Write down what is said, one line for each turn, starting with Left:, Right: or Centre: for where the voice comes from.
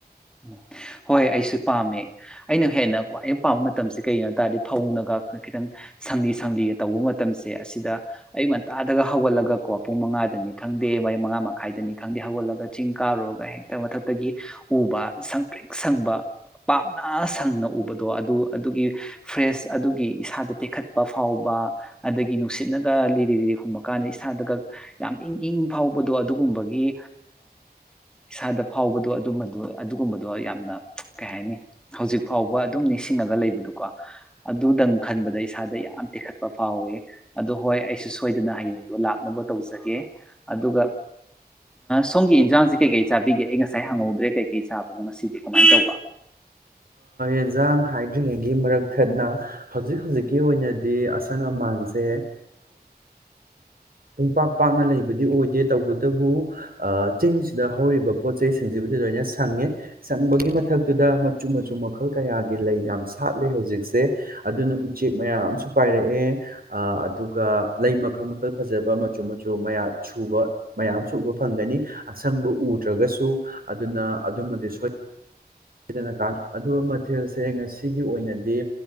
Centre: ꯎ ꯍꯣꯏ ꯑꯩꯁꯨ ꯄꯥꯝꯃꯦ ꯑꯩꯅ ꯍꯦꯟꯅ ꯈ꯭ꯋꯥꯏ ꯑꯩꯅ ꯄꯥꯝꯕ ꯃꯇꯝꯁꯤꯗ ꯁꯤ ꯀꯩꯅꯣ ꯍꯥꯏ ꯇꯥꯔꯗꯤ ꯐꯧꯅꯒ ꯈꯤꯇꯪ ꯁꯪꯂꯤ ꯁꯪꯂꯤꯒ ꯇꯧꯕ ꯃꯇꯝꯁꯦ ꯑꯁꯤꯗ ꯑꯌꯨꯛ ꯉꯟꯇꯥꯗꯒ ꯍꯧꯒꯠꯂꯒ ꯀꯣ ꯄꯨꯡ ꯃꯉꯥꯗꯅꯤ ꯈꯪꯗꯦ ꯃ ꯃꯉꯥ ꯃꯈꯥꯏꯗꯅꯤ ꯈꯪꯗꯦ ꯍꯧꯒꯠꯂꯒ ꯆꯤꯡ ꯀꯥꯔꯨꯔꯒ ꯍꯦꯛꯇ ꯃꯊꯛꯇꯒꯤ ꯎꯕ ꯁꯪ ꯄ꯭ꯔꯤꯛ ꯁꯪꯕ ꯄꯥꯞꯅ ꯁꯪꯅ ꯎꯕꯗꯣ ꯑꯗꯨ ꯑꯗꯨꯒꯤ ꯐ꯭ꯔꯦꯁ ꯑꯗꯨꯒꯤ ꯏꯁꯥꯗ ꯇꯦꯛꯈꯠꯄ ꯐꯥꯎꯕ ꯑꯗꯒꯤ ꯅꯨꯡꯁꯤꯠꯅꯒ ꯂꯤꯔꯤ ꯂꯤꯔꯤ ꯍꯨꯝꯕꯀꯥꯟꯗ ꯏꯁꯥꯗꯒ ꯌꯥꯝ ꯏꯪ ꯏꯪ ꯐꯥꯎꯕꯗꯣ ꯑꯗꯨꯒꯨꯝꯕꯒꯤ ꯏꯁꯥꯗ ꯐꯥꯎꯕꯗꯣ ꯑꯗꯨ ꯑꯃꯅꯤꯅꯤ ꯑꯗꯨ ꯑꯗꯨꯒꯨꯝꯕꯗꯣ ꯌꯥꯝꯅ ꯀꯩ ꯍꯥꯏꯅꯤ ꯍꯧꯖꯤꯛ ꯐꯥꯎꯕ ꯑꯗꯨꯝ ꯅꯤꯡꯁꯤꯡꯉꯒ ꯂꯩꯕꯗꯨꯀꯣ ꯑꯗꯨꯗꯪ ꯈꯟꯕꯗ ꯏꯁꯥꯗ ꯌꯥꯝ ꯇꯦꯛꯈꯠꯄ ꯐꯥꯎꯋꯦ ꯑꯗꯣ ꯍꯣꯏ ꯑꯩꯁꯨ ꯁꯣꯏꯗꯅ ꯍꯌꯦꯡꯗꯣ ꯂꯥꯛꯅꯕ ꯇꯧꯖꯒꯦ ꯑꯗꯨꯒ ꯁꯣꯝꯒꯤ ꯏꯟꯁꯥꯡꯁꯦ ꯀꯩ ꯀꯩ ꯆꯕꯤꯦ ꯉꯥꯏ ꯍꯪꯍꯧꯗ꯭ꯔꯦ ꯀꯩ ꯆꯥꯕꯗꯣ ꯉꯁꯤꯗꯤ ꯀꯃꯥꯏꯅ ꯇꯧꯕ
Right: ꯑꯦꯟꯁꯥꯡ ꯍꯥꯏꯗ꯭ꯔꯤꯉꯩꯒꯤ ꯃꯔꯛ ꯊꯠꯅ ꯍꯧꯖꯤꯛ ꯍꯧꯖꯤꯛꯀꯤ ꯑꯣꯏꯅꯗꯤ ꯑꯁꯪ ꯑꯃꯥꯟꯁꯦ ꯄꯨꯡ ꯄꯥꯛ ꯄꯥꯛꯅ ꯂꯩꯕꯗꯤ ꯑꯣꯏꯗꯦ ꯇꯧꯕꯇꯕꯨ ꯆꯤꯡ ꯁꯤꯗ ꯍꯧꯔꯤꯕ ꯄꯣꯠ ꯁꯤꯡꯁꯤꯕꯨꯗꯤ ꯂꯣꯏꯅ ꯁꯪꯉꯦ ꯆꯪꯕꯒꯤ ꯃꯊꯛꯇꯨꯗ ꯃꯆꯨ ꯃꯆꯨ ꯃꯈꯜ ꯀꯌꯥꯒꯤ ꯂꯩ ꯌꯥꯝ ꯁꯥꯠꯂꯦ ꯍꯧꯖꯤꯛꯁꯦ ꯑꯗꯨꯅ ꯎꯆꯦꯛ ꯃꯌꯥꯝꯁꯨ ꯄꯥꯏꯔꯛꯑꯦ ꯑꯗꯨꯒ ꯂꯩ ꯃꯈꯜ ꯃꯈꯜ ꯐꯖꯕ ꯃꯆꯨ ꯃꯆꯨ ꯃꯌꯥꯝ ꯁꯨꯕ ꯃꯌꯥꯝꯁꯨ ꯎꯕ ꯐꯪꯒꯅꯤ ꯑꯁꯪꯕ ꯎꯗ꯭ꯔꯒꯁꯨ ꯑꯗꯨꯅ ꯑꯗꯨꯃꯗꯤ ꯁꯣꯏ ꯗꯅꯀ ꯑꯗꯨꯒ ꯃꯊꯦꯜꯁꯦ ꯉꯁꯤꯒꯤ ꯑꯣꯏꯅꯗꯤ